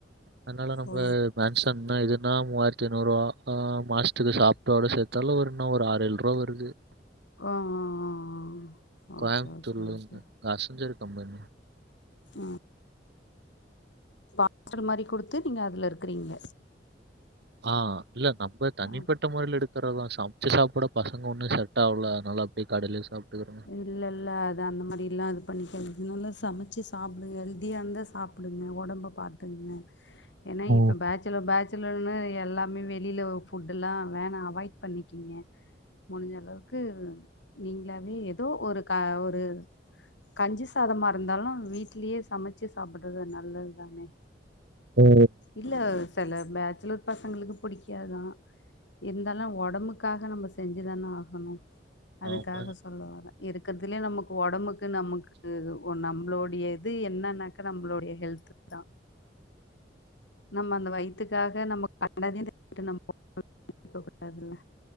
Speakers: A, on the right (about 65°); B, on the left (about 80°).
A: அதனால
B: ஓ
A: ம் மேன்ஷன் <unintelligible> இதுனா மூவாயித்தி ஐநூறுவா அ மாஸ்த்துகு சாப்பாட சேத்தாலு ஒரு என்னா ஒரு ஆறு ஏழு ரூவா வருது து
B: ஆஆஆஆ ஓகே
A: கோயம்புத்தூர்ல
B: ஓகே
A: இருந்து அசஞ்சர் கம்பெனி
B: ம் பாத்துர மாரி குடுத்து நீங்க அதுல இருக்குறீங்க
A: ஆஹ் இல்ல நம்ப தனிப்பட்ட
B: ஆ
A: முறையில எடுக் இருக்குறதா சமைச்சு சாப்புட பசங்க ஒன்னு செட் ஆவுல அதனால அப்டியே கடையுலயே சாப்ட்டுக்குற
B: இல்ல இல்ல அது அந்த மாரி எல்லா அது பண்ணிக்காது இன்னொன்ல சமச்சு சாப்புடுங்க ஹெல்தியானதா சாப் படுங்க உடம்ப பாத்துங்க ஏன்னா
A: ஓ
B: இப்ப பேச் சுல பேச்சுலர்ன்னு எல்லாமே வெளில ஃபுட் எல்லா வேண அவாய்ட் பண்ணிக்கீங்க முடிஞ்ச அளவுக்கு நீங்குளாவே எ தோ ஒரு க ஒரு கஞ்சி சாதமா இருந்தாலு வீட்டுலயே சமைச்சு சாப்புடுறது நல்லதுதான
A: ஓ
B: இல்ல சில பேச்சலர் பசங்குளுக்கு புடிக்காது தா இருந்தாலு உடம்புக்காக நம்ப செஞ்சுதான ஆகணு அதுக்காக
A: ஆமா
B: சொல்ல வர இருக்கறதுலயே நமக்கு உடம்புக்கு நமக்கு நம்மளோடைய இது என்னன்னாக்கா நம்ளோடைய ஹெல்த் தா நம்ம அந்த வயித்துக்காக நம்ம கண்டதயு தின்னுட்டு நம்ம போக கூடாதுல்ல